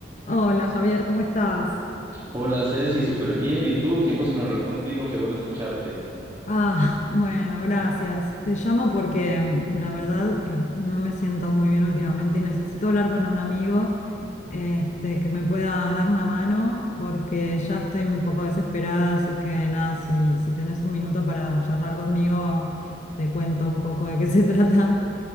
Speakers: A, on the left; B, on the right.
A: Hola Javier, ¿cómo estás?
B: Hola Ceci, súper bien. ¿Y tú? Tiempo sin hablar contigo, qué bueno escucharte.
A: Ah, bueno, gracias. Te llamo porque mm, la verdad eh, no me siento muy bien últimamente y necesito hablar con un amigo este, que me pueda dar una mano porque ya estoy un poco desesperada, así que nada, si, si tenés un minuto para charlar conmigo, te cuento un poco de qué <laughs> se trata.